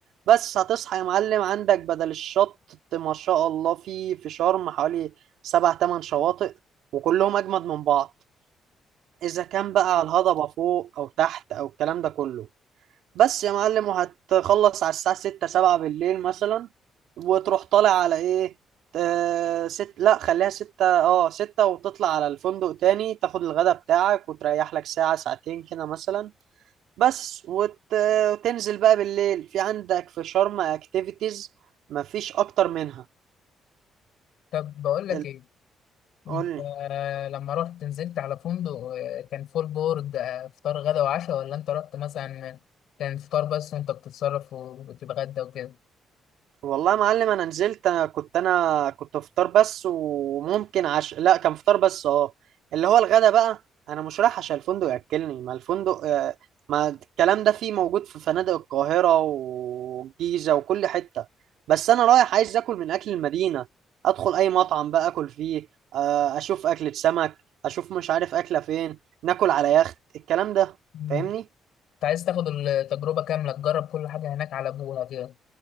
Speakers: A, on the right; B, on the left.
A: بس هتصحى يا معلم عندك بدل الشط ما شاء الله في في شرم حوالي سبع تمن شواطئ وكلهم أجمد من بعض إذا كان بقى على الهضبة فوق أو تحت أو الكلام ده كله بس يا معلم وهتخلص على الساعة ستة سبعة بالليل مثلا وتروح طالع على ايه آه ست لا خليها ستة اه ستة وتطلع على الفندق تاني تاخد الغدا بتاعك وتريح لك ساعة ساعتين كده مثلا بس وت... وتنزل بقى بالليل في عندك في شرم اكتيفيتيز مفيش اكتر منها
B: طب بقول لك
A: ال-
B: ايه انت
A: قول لي
B: آه، لما رحت نزلت على فندق آه، كان فول بورد آه، فطار غدا وعشاء ولا انت رحت مثلا كان فطار بس وانت بتتصرف وبتتغدى وكده
A: والله يا معلم انا نزلت أنا كنت انا كنت فطار بس وممكن عشاء لا كان فطار بس اه اللي هو الغدا بقى انا مش رايح عشان الفندق ياكلني ما الفندق آه، ما الكلام ده فيه موجود في فنادق القاهرة والجيزة وكل حتة بس انا رايح عايز اكل من اكل المدينة ادخل اي مطعم بقى اكل فيه آه، اشوف اكلة سمك اشوف مش عارف اكلة فين ناكل على يخت الكلام ده
B: مم.
A: فاهمني
B: كنت عايز تاخد التجربة كاملة تجرب كل حاجة هناك على ابوها كده